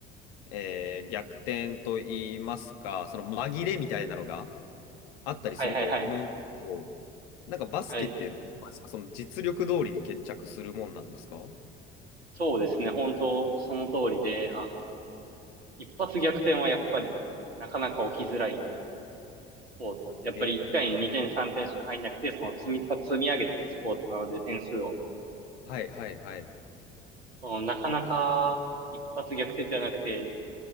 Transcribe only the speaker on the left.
う、えー逆転と言いますか、その紛れみたいなのがあったりすると思うんですけど、
なんかバスケってどうなんですか、
その実力通りに決着するもんなんですか
えー
はいはいはい。